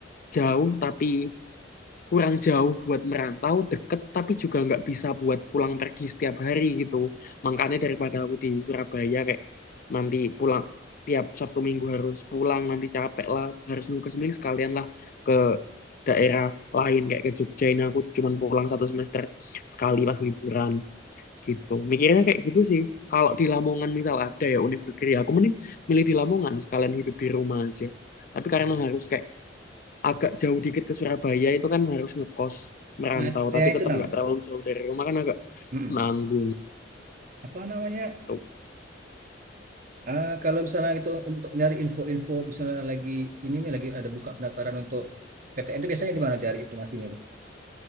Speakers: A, on the left; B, on the right.
A: jauh tapi kurang jauh buat merantau, deket tapi juga nggak bisa buat pulang pergi setiap hari gitu. Makanya daripada aku di Surabaya kayak nanti pulang tiap Sabtu Minggu harus pulang, nanti capek lah, harus nunggu ke Semling, sekalian lah ke daerah lain kayak ke Jogja ini aku cuman pulang satu semester sekali pas liburan gitu. Mikirnya kayak gitu sih. Kalau di Lamongan misal ada ya univ negeri, aku mending milih di Lamongan sekalian hidup di rumah aja. Tapi karena
B: Iya.
A: harus kayak agak jauh dikit ke Surabaya itu kan harus ngekos merantau
B: Nah,
A: tapi
B: yang itu
A: tetap
B: nam.
A: nggak terlalu jauh dari rumah kan agak
B: enam.
A: nanggung
B: Apa namanya?
A: tuh
B: Ah, kalau misalnya itu untuk nyari info-info misalnya lagi ini nih lagi ada buka pendaftaran untuk PTN itu biasanya di mana cari informasinya tuh?